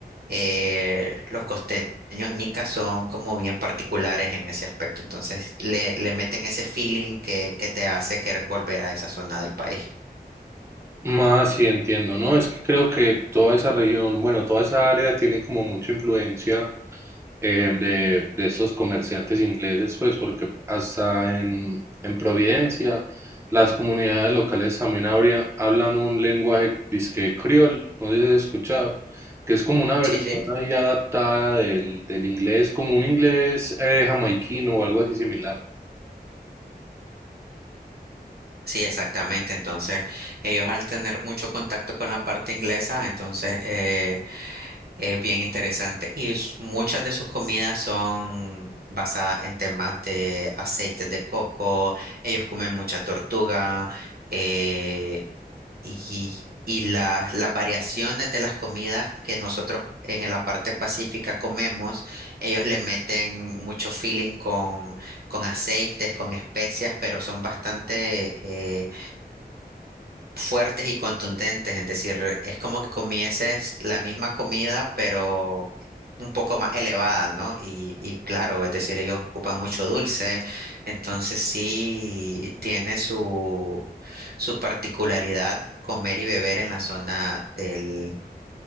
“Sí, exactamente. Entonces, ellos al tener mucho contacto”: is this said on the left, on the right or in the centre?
Right